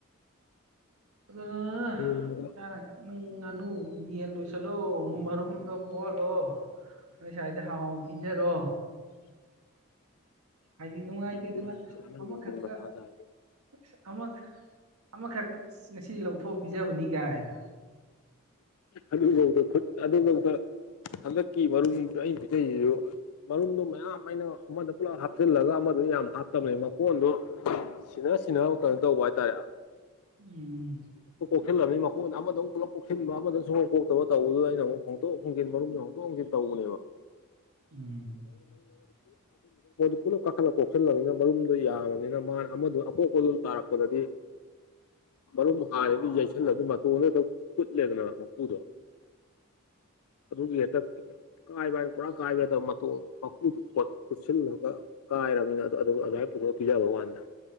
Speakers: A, on the right (about 85°); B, on the left (about 80°).
A: ꯑꯗꯨꯅ
B: ꯅꯣꯡꯃꯗ
A: ꯆꯅ ꯀ ꯎꯝ ꯉꯅꯨ ꯌꯦꯟ ꯂꯣꯏꯁꯜꯂꯣ ꯃꯔꯨꯝꯗꯣ ꯀꯣꯜꯂꯣ ꯑꯩꯁꯋꯥꯗ ꯍꯍꯥꯎ ꯄꯤꯖꯔꯣ
B: <inaudible>
A: ꯍꯥꯏꯗꯤ ꯅꯨꯡꯉꯥꯏꯇꯦꯗꯅ
B: ꯌꯦꯡꯒꯣꯟ ꯁꯥꯟꯅꯅꯕꯅꯦ
A: ꯑꯃꯈꯛꯀ
B: ꯃꯊꯥ ꯁꯥꯏꯁꯦ
A: ꯑꯁ ꯑꯃ ꯑꯃꯈꯛ ꯉꯁꯤ ꯂꯧꯊꯣꯛ ꯄꯤꯖꯕꯅꯤ ꯒꯥꯏꯗꯣ
B: ꯑꯗꯨꯐꯧꯗ ꯈꯨꯠ ꯑꯗꯨꯐꯧꯗ ꯍꯟꯗꯛ ꯀꯤ ꯃꯔꯨꯝꯗꯨ ꯑꯩꯅ ꯄꯤꯖꯩꯁꯤꯁꯨ ꯃꯔꯨꯝꯗꯣ ꯃꯌꯥꯝ ꯑꯩꯅ ꯑꯃꯗ ꯄꯨꯂꯞ ꯍꯥ ꯍꯥꯞꯆꯤꯜꯂꯒ ꯑꯃꯗꯨ ꯌꯥꯝ ꯍꯥꯞꯇꯕꯅꯤ ꯃꯀꯣꯟꯗꯣ ꯁꯤꯅ ꯁꯤꯟꯅ ꯀꯩꯅꯣ ꯇꯧꯕ ꯍꯥꯏꯇꯥꯔꯦ
A: ꯎꯝ
B: ꯁꯤꯜꯕꯅꯤ ꯃꯈꯣꯏꯗ ꯑꯃꯧꯨ ꯄꯨꯂꯞ ꯄꯣꯛꯁꯤꯟꯕ ꯑꯃꯗꯧ ꯁꯨꯡꯎꯣꯛ ꯄꯣꯛꯇꯕ ꯇꯧꯕꯗꯨꯗ ꯑꯩꯅ ꯑꯃꯨ ꯍꯣꯡꯗꯣꯛ ꯍꯣꯡꯖꯤꯟ ꯃꯔꯨꯝꯁꯨ ꯍꯣꯡꯇꯣꯛ ꯍꯟꯖꯤꯟ ꯇꯧ
A: ꯎꯝ
B: <inaudible> ꯄꯨꯂꯞ ꯀꯥꯈꯠꯂꯒ ꯀꯣꯁꯤꯜꯂꯕꯅꯤꯅ ꯃꯔꯨꯝꯗꯨꯣ ꯌꯥꯝꯃꯕꯅꯤꯅ ꯃꯥꯅ ꯑꯃꯗ ꯑꯄꯣꯛꯄꯗꯨꯣ ꯇꯥꯔꯛꯄꯗꯗꯤ ꯃꯔꯨꯝ ꯍꯔꯗꯤ ꯌꯩꯁꯜꯂ ꯑꯗꯨ ꯃꯇꯣꯟꯗꯇ ꯀꯨꯠꯂꯦꯗꯅ ꯃꯀꯨꯗꯣ <inaudible> ꯑꯗꯨꯒꯤ ꯍꯦꯛꯇ ꯀꯥꯏꯕ ꯍꯥꯏꯅ ꯄꯨꯔꯥ ꯀꯥꯏꯕ ꯍꯦꯛꯇ ꯃꯇꯣ ꯃꯀꯨꯗꯨ ꯈꯨꯠꯁꯤꯜꯂꯒ ꯀꯥꯏꯅꯤꯅ ꯑꯗꯨꯥꯏ ꯄꯨꯊꯣꯛ ꯄꯤꯖꯕ ꯋꯥꯥꯟꯗ